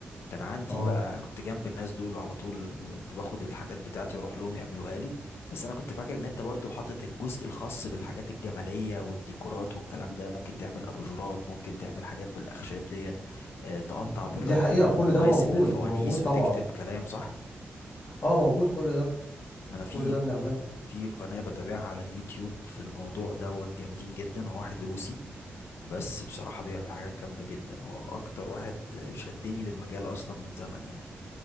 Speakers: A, on the left (about 80°); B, on the left (about 50°).
A: كان عندي
B: اه
A: بقى كنت جنب الناس دول وعلى طول كنت باخد الحاجات بتاعتي واروح لهم يعملوها لي بس انا كنت فاكر ان انت برضو حاطط الجزء الخاص بالحاجات الجمالية والديكورات والكلام ده ممكن تعمل اباجورات ممكن تعمل حاجات بالاخشاب ديت آه، تقطع
B: دي
A: بالراوتر
B: حقيقه
A: المواسم
B: كل ده موجود
A: للفوانيس
B: موجود طبعا
A: وتكتب كلام صح
B: اه موجود كل ده
A: انا في
B: كل ده بنعمله
A: في قناة بتابعها على اليوتيوب في الموضوع دوت جامدين جدا هو واحد روسي بس بصراحة بيعمل حاجات جامدة جدا هو اكتر واحد شدني للمجال اصلا من زمن يعني